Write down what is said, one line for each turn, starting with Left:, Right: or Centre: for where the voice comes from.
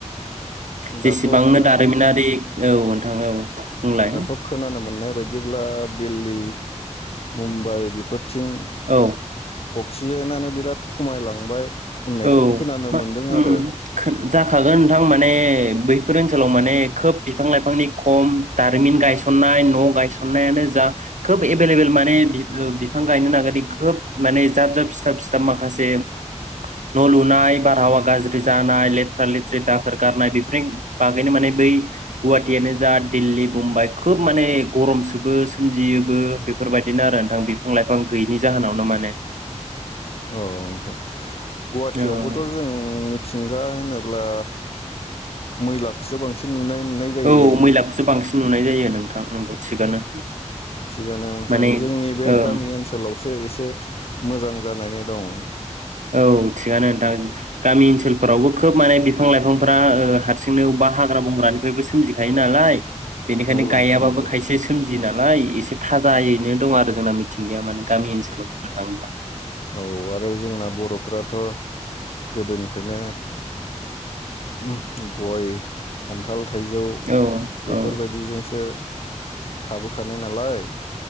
Left: दाथ'
Right: जेसेबांनो
Left: खो
Right: दारिमिनारि औ नोंथां औ। बुंलाय
Left: दाथ' खोनानो मोननाय बायदिब्ला दिल्ली मुम्बाइ बेफोर थिं
Right: औ
Left: अख क्सिजेनानो बिराद खमायलांबाय होननायखौ
Right: औ
Left: खोनानो
Right: म
Left: मोनदों
Right: उम
Left: आरो
Right: खोन जाखागोन नोंथां माने बैफोर ओनसोलाव माने खोब बिफां लाइफांनि खम दारिमिन गायसननाय न गायसननायानो जा खोब एभेलेबेल माने बिब ओ बिफां गायनो नागिरै खोब माने जाब जाब सिथाब सिथाब माखासे न लुनाय बारहावा गाज्रि जानाय लेथ्रा लेथ्रि दाखोर गारनाय बेफोरनि बागैनो माने बै गुवाहाटियानो जा दिल्ली बम्बाइ खोब माने गरमसोबो सोमजियोबो बेफोरबायदिनो आरो नोंथां बिफां लाइफां गैयैनि जाहोनावनो माने।
Left: औ नोंथा। गुवाहाटियावबोथ
Right: औ
Left: जों मिथिं होनोब्ला मैलाखौसो बांसिन नुनाय मोननाय जायो
Right: औ मैलाखौसो बांसिन नुनाय जायो नोंथां नोंगौ थिगानो।
Left: थिगानो नोंथां
Right: माने
Left: जोंनि बे
Right: ओं
Left: गामि ओनसोलावसो एसे मोजां जानानै दं।
Right: औ थिगानो नोंथां गामि ओनसोलफोरावबो खोब माने बिफां लाइफांफ्रा ओ हारसिंनो अबावबा हाग्रा बंग्रानिफ्रायबो सोमजिखायो नालाय बेनिखायनो
Left: नंगौ
Right: गायाबाबो
Left: नोंथां नंगौ
Right: खायसे सोमजि <unintelligible> नालाय एसे थाजायैनो दं आरो जोंना मिथिंगाया माने गामि ओनसोलाव बुंनो थाङोब्ला।
Left: औ आरो जोंना बर'फोराथ गोदोनिफ्रायनो उम गय खान्थाल थाइजौ
Right: औ नोंथां
Left: बेफोरबायदिजोंसो थाबोखानाय नालाय